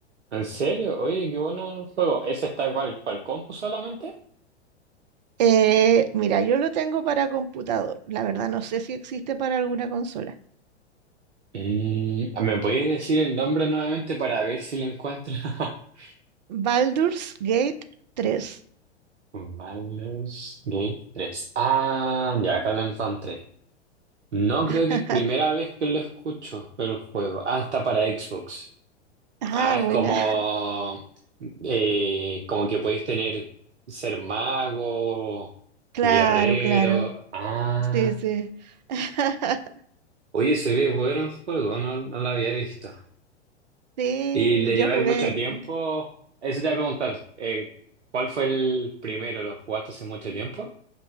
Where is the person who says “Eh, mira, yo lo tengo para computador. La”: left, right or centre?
Right